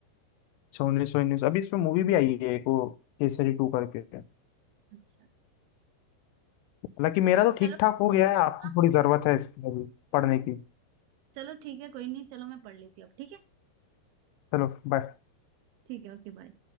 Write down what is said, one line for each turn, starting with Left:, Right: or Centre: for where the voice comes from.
Left: अच्छा 1919 अभी इस पे मूवी भी आई है एक वो केसरी टू करके
Right: अच्छा
Left: हालांकि मेरा तो ठीक
Right: चलो
Left: ठाक हो गया है आपको
Right: हाँ,
Left: थोड़ी जरूरत है इसकी अभी पढ़ने की
Right: चलो ठीक है कोई नहीं चलो मैं पढ़ लेती हूँ अब ठीक है
Left: चलो बाय
Right: ठीक है ओके बाय